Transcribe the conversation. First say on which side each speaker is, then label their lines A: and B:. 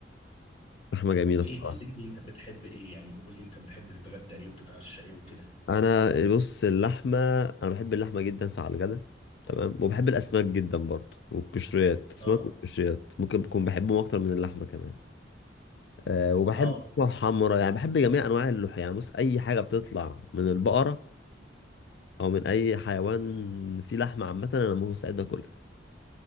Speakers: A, on the left (about 65°); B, on the left (about 35°).
A: لحمه جميله
B: ايه
A: الصراحه
B: كلمني انت بتحب ايه يعني قول لي انت بتحب تتغدى ايه وتتعشى ايه وكده
A: انا بص اللحمه انا بحب اللحمه جدا فعلى الغدا تمام وبحب الاسماك جدا برضه والقشريات اسماك
B: اه
A: والقشريات ممكن بكون بحبهم اكتر من اللحمه كمان آه، وبحب
B: اه
A: <laughs> اللحمة الحمرا يعني بحب جميع أنواع اللحوم يعني بص أي حاجة بتطلع من البقرة أو من أي حيوان فيه لحمة عامة أنا مستعد أكلها